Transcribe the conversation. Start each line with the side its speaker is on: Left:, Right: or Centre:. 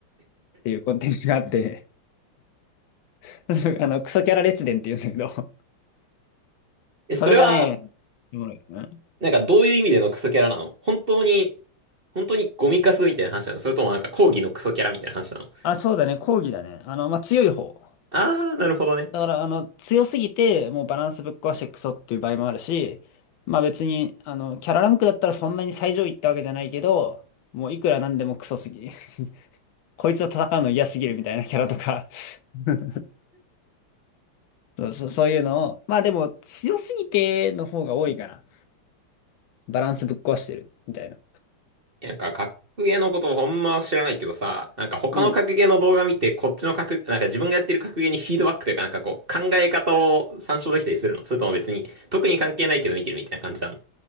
Left: っていうコンテンツがあって、<laughs> あの、クソキャラ列伝って言うんだけど、
Right: え、
Left: それがね、
Right: それは、
Left: おもろいうん
Right: なんかどういう意味でのクソキャラなの本当に、本当にゴミカスみたいな話なのそれともなんか講義のクソキャラみたいな話なの
Left: あ、そうだね、講義だね。あの、まあ、強い方。
Right: あー、なるほどね。
Left: だから、あの、強すぎて、もうバランスぶっ壊してクソっていう場合もあるし、まあ別に、あの、キャラランクだったらそんなに最上位ってわけじゃないけど、もういくらなんでもクソすぎ。<laughs> こいつと戦うの嫌すぎるみたいなキャラとか <laughs> そうそうそういうのを、まあでも強すぎての方が多いから、バランスぶっ壊してるみたいな。
Right: なんか、格ゲーのことをほんま知らないけどさ、なんか他の格ゲーの動画見て、
Left: うん。
Right: こっちの格、なんか自分がやってる格ゲーにフィードバックというか、なんかこう、考え方を参照できたりするのそれとも別に、特に関係ないけど見てるみたいな感じなの